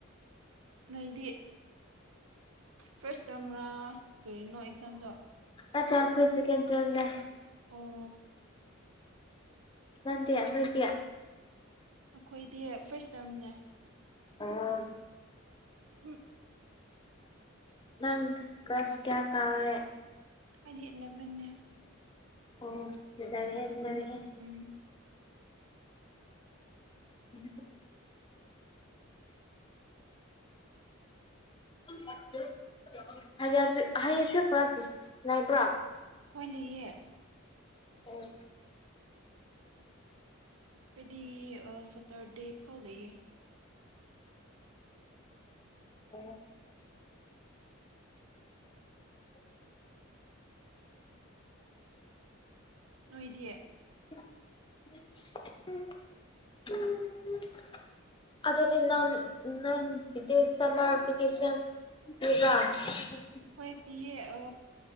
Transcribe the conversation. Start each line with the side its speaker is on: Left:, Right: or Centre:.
Right: ꯅꯣꯏꯗꯤ ꯐꯥꯔꯁ ꯇꯔꯝꯔꯥ ꯀꯔꯤꯅꯣ ꯑꯦꯛꯖꯥꯝꯗꯣ
Left: ꯑ ꯇꯥ ꯈꯣꯏ ꯁꯦꯀꯦꯟ ꯇꯔꯝꯅꯦ
Right: ꯑꯣ
Left: ꯅꯪꯗꯤ ꯅꯣꯏꯗꯤ
Right: ꯑꯩꯈꯣꯏꯗꯤ ꯐꯥꯔꯁ ꯇꯔꯝꯅꯦ
Left: ꯑꯥ
Right: ꯎꯝ
Left: ꯅꯪ ꯀꯂꯥ꯭ꯁ ꯀꯌꯥ ꯀꯒ꯭ꯔꯦ
Right: ꯑꯩꯗꯤ ꯏꯂꯕꯟꯅꯦ
Left: ꯑꯣ ꯏꯟꯅꯔꯦꯍꯦ ꯏꯟꯅꯔꯦꯍꯦ
Right: ꯎꯝ
Left: ꯎꯝ <unintelligible> ꯍꯩꯌꯦꯡꯁꯨ ꯀ꯭ꯂꯥꯁ ꯂꯩꯕ꯭ꯔꯥ
Right: ꯍꯣꯏ ꯂꯩꯌꯦ
Left: ꯑꯣ
Right: ꯑꯩꯗꯤ ꯑ ꯁꯠꯇꯔꯗꯦ ꯐꯥꯎ ꯂꯩꯌꯦ
Left: ꯑꯣ <unintelligible> <inaudible>
Right: ꯅꯣꯏꯗꯤ
Left: <inaudible> ꯑꯗꯨꯗꯤ ꯅꯪ ꯅꯪꯒꯤꯗꯤ ꯁꯝꯃꯔ ꯚꯦꯀꯦꯁꯟ ꯑꯗꯨꯒ <unintelligible>
Right: ꯍꯣꯏ ꯄꯤꯌꯦ ꯑ